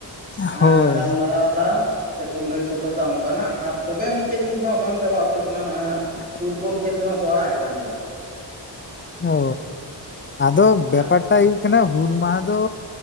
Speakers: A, on the right; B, on the left.
A: ᱟ
B: ᱦᱳᱭ
A: ᱜᱟᱞ ᱢᱟᱨᱟᱣ ᱮᱫᱟ᱾ ᱥᱮᱠᱚ ᱞᱟᱹᱭ ᱥᱚᱫᱚᱨ ᱮᱫᱟ, ᱚᱱᱠᱟᱱᱟᱜ ᱟᱨ ᱛᱚᱵᱮ ᱢᱤᱫᱴᱮᱡ ᱡᱤᱱᱤᱥ ᱫᱚᱜ ᱵᱟᱝ ᱪᱟᱵᱟ ᱩᱛᱟᱹᱨ ᱠᱟᱱᱟ᱾ ᱱᱚᱜᱼᱚᱭ ᱦᱟᱸᱜ
B: <inaudible>
A: ᱯᱷᱩᱴᱵᱚᱞ ᱠᱷᱮᱞ ᱫᱚ ᱦᱟᱸᱜ ᱠᱚ ᱟᱲᱟᱜ ᱮ ᱠᱟᱱ ᱜᱮᱭᱟ᱾
B: ᱚ, ᱟᱫᱚ ᱵᱮᱯᱟᱨ
A: ᱟᱨ
B: ᱮᱴᱟᱜ ᱦᱩᱭᱩᱜ ᱠᱟᱱᱟ, ᱦᱩᱞ ᱢᱟᱦᱟ ᱫᱚ